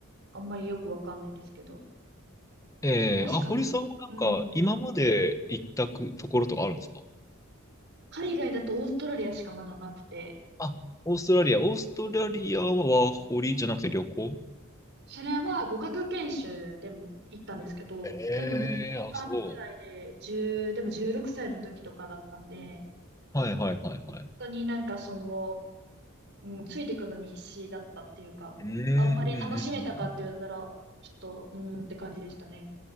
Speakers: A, on the right; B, on the left.
A: あんまりよくわかんないんですけど。
B: えー、
A: 確かに。
B: あ、堀さんはなんか、
A: うん。
B: 今まで行ったくところとかあるんですか
A: 海外だとオーストラリアしかまだなくて、
B: あ、オーストラリア。オーストラリアは堀じゃなくて旅行
A: それは語学研修でも行ったんですけど、
B: ええー、
A: でも2週間くらいで、
B: あ、そう。
A: 1でも16歳の時とかだったんで、
B: はいはいはいはい。
A: 本当になんかその、うん、ついていくのに必死だったっていうか、
B: うん、うん、
A: あんまり楽しめたかって言われたら、
B: うん。うん
A: ちょっと、うーんって感じでしたね。